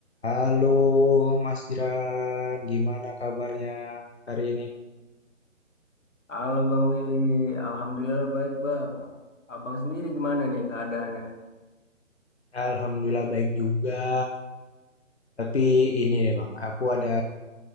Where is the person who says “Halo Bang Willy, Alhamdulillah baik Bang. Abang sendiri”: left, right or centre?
Left